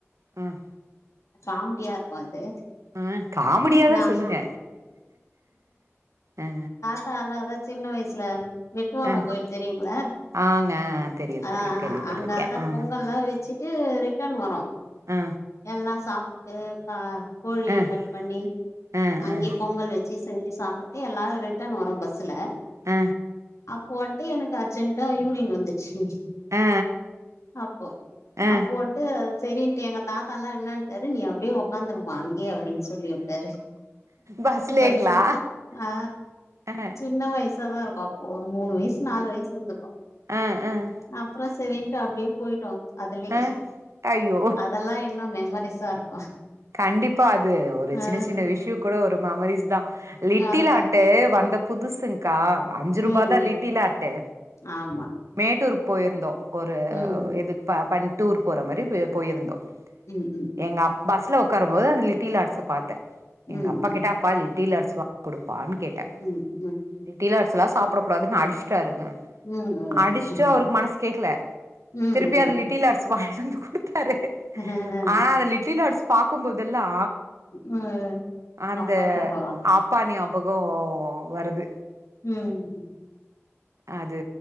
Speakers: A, on the right; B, on the left.
A: ம்
B: காமடியா இருக்கு அது
A: ஆ காமெடியாதா
B: நா
A: சொல்லுங்க அ
B: அதா அதா சின்ன வயசுல வெட்டுவான
A: அ
B: கோயில் தெரியுங்கள
A: ஆங்க தெரியு
B: ஆ
A: தெரியு கேள்விப்பட்டிருக்கே
B: அங்கதா
A: ம்
B: பொங்கல்லா வெச்சுட்டு ரிட்டன் வரோ
A: ஆ
B: எல்லா சாப்புட்டு கா கோழி
A: ஆ ஆ
B: கட் பண்ணி
A: ஆ
B: அங்கயே பொங்கல் வெச்சு செஞ்சு சாப்புட் டு எல்லாரு ரிட்டன் வர்றோ பஸ்ஸுல
A: அ
B: அப்ப வன்ட்டு எனக்கு அர்ஜென்டா யூரின் வந்துச்சு
A: ஆ
B: அப்போ
A: ஆ
B: அப்போ வன்ட்டு செரின்ட்டு எனக் தாத்தால்லா என்னன்ட்டாரு நீ அப்டியே உக்காந்துக்கோ அங்கயே அப்டின் சொல்லி உட்டாரு
A: பஸ்லேங்களா
B: பஸ்ஸுலே ஆ
A: ஆ
B: சின்ன வயசாதா இருக்கு ஒரு மூணு வயசு நாலு வயசு இருந்துக்கு
A: ம் ம்
B: அப்புற செரின்ட்டு அப்டியே போயிட்டோ அதுலே
A: ஆ ஐயோ
B: அதெல்லா இன்னு மெமரிஸா இருக்கு
A: கண்டிப்பா அது ஒரு
B: ஆ
A: சின்ன சின்ன விஷ்ய கூட ஒரு மெமரிஸ் தா லிட்டில்
B: அதா
A: ஹாட்டு வந்த புதுசுங்க்கா அஞ்சு
B: ம்
A: ருபாதா
B: ம்
A: லிட்டில் ஹாட்டு
B: ஆமா
A: மேட்டூருக் போயிருந்தோ ஒரு
B: ம்
A: இது ப பன் டூர் போற மாரி போ போயிருந்தோ
B: ம் ம்
A: எங்க பஸ்ல உக்காரும் போது அந்த லிட்டில் ஹார்ட்ஸ பாத்த
B: ம்
A: எங்க அப்பா
B: ம்
A: கிட்ட அப்பா லிட்டில் ஹாட்ஸ் வாங்கி குடுப்பான்னு கேட்ட
B: ம் ம்
A: லிட்டல் ஹாட்ஸ்லா சாப்படக் கூடாதுன் அடிச்சுட்டாருங்க
B: ம்
A: அடிச்ட்டு
B: ம்
A: அவருக்கு மனசு கேக்கல
B: ம்
A: திருப்பி அது லி ட்டில் ஹாட்ஸ் வாங்கிட்டு வந்து குடுத்தாரு
B: ம்
A: ஆனா அந்த லிட்டில் ஹாட்ஸ் பாக்கும்போதெல்லா
B: ம்
A: அந்த
B: அப்பா ஞாபகோ வருது
A: அப்பா ஞாபக வருது
B: ம்
A: அது